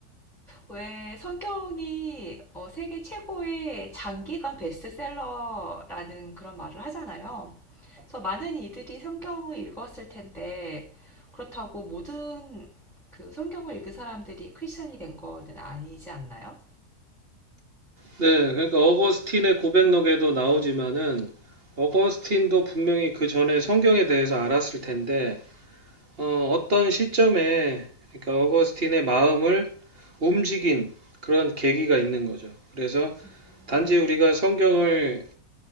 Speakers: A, in the centre; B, on the right.
A: 왜 성경이 어, 세계 최고의 장기간 베스트셀러라는 그런 말을 하잖아요. 그래서 많은 이들이 성경을 읽었을 텐데 그렇다고 모든 그 성경을 읽은 사람들이 크리스천이 된 거는 아니지 않나요?
B: 네, 그러니까 어거스틴의 고백록에도 나오지만은 어거스틴도 분명히 그 전에 성경에 대해서 알았을 텐데 어, 떤 시점에 그러니까 어거스틴의 마음을 움직인 그런 계기가 있는 거죠. 그래서
A: 음,
B: 단지 우리가 성경을